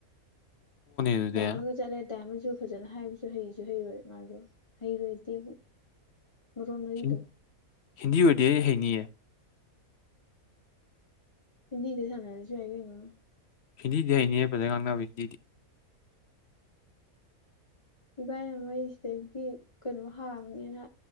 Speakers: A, on the left; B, on the left.
A: ꯑꯗꯨꯗꯤ
B: ꯗꯥꯏ
A: ꯑꯦ
B: ꯑꯃꯒ ꯆꯠꯂꯦ ꯗꯥꯏꯃꯨ ꯐꯖꯅ ꯍꯥꯏꯕꯁꯨ ꯍꯩꯁꯨ ꯍꯩꯔꯣꯏ ꯃꯥꯁꯨ ꯍꯩꯔꯣꯏꯗꯤ ꯃꯔꯣꯔꯣ ꯏꯗ
A: ꯍꯤꯟ ꯍꯤꯟꯗꯤ ꯑꯣꯏꯗꯤ ꯑꯩ ꯍꯩꯅꯤꯡꯌꯦ
B: ꯍꯤꯟꯗꯤꯗ ꯁꯥꯟꯅꯔꯁꯨ ꯌꯥꯏ ꯀꯩꯅꯣ
A: ꯍꯤꯟꯗꯤ ꯑꯩꯅꯤꯍ ꯐꯖꯅ ꯉꯥꯡꯅꯕ ꯍꯤꯟꯗꯤ
B: ꯏꯕꯥꯏꯅ ꯃꯩꯁꯤꯗꯒꯤ ꯀꯩꯅꯣ ꯍꯥꯡꯅꯦꯅ